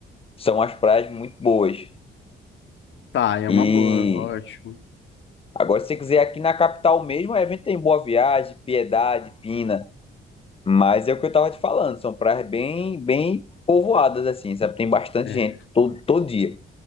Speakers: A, on the left (about 30°); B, on the left (about 70°).
A: são as praias muito boas.
B: Tá, é
A: E
B: uma boa, ótimo.
A: Agora, se você quiser aqui na capital mesmo, o evento tem Boa Viagem, Piedade, Pina. Mas é o que eu tava te falando, são praias bem, bem povoadas, assim, sabe? Tem bastante
B: É.
A: gente todo, todo dia.